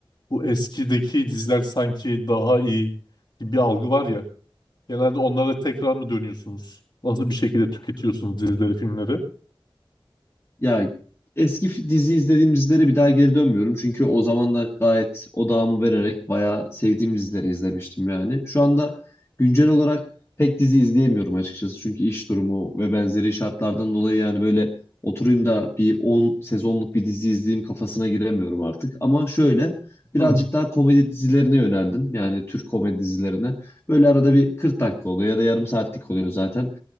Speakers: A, on the left (about 50°); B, on the left (about 30°).
A: bu eskideki diziler sanki daha iyi gibi bir algı var ya. Genelde onlara tekrar mı dönüyorsunuz? Nasıl bir şekilde tüketiyorsunuz dizileri, filmleri?
B: Ya eski fi- dizi izlediğim dizilere bir daha geri dönmüyorum. Çünkü o zaman da gayet odağımı vererek bayağı sevdiğim dizileri izlemiştim yani. Şu anda güncel olarak pek dizi izleyemiyorum açıkçası. Çünkü iş durumu ve benzeri şartlardan dolayı yani böyle oturayım da bir 10 sezonluk bir dizi izleyeyim kafasına giremiyorum artık. Ama şöyle birazcık
A: Hı.
B: daha komedi dizilerine yöneldim. Yani Türk komedi dizilerine. Böyle arada bir 40 dakika oluyor ya da yarım saatlik oluyor zaten